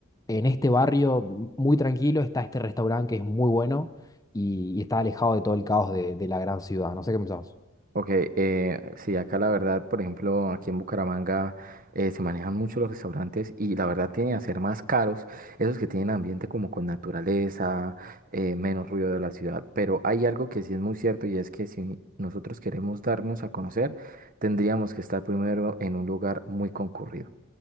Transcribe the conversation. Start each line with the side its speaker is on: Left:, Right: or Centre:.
Left: en este barrio m- muy tranquilo está este restaurante que es muy bueno y, y está alejado de todo el caos de, de la gran ciudad. No sé qué pensás.
Right: Ok, eh, sí, acá la verdad, por ejemplo, aquí en Bucaramanga eh, se manejan mucho los restaurantes y la verdad tienen a ser más caros esos que tienen ambiente como con naturaleza, eh, menos ruido de la ciudad. Pero hay algo que sí es muy cierto y es que si nosotros queremos darnos a conocer, tendríamos que estar primero en un lugar muy concurrido.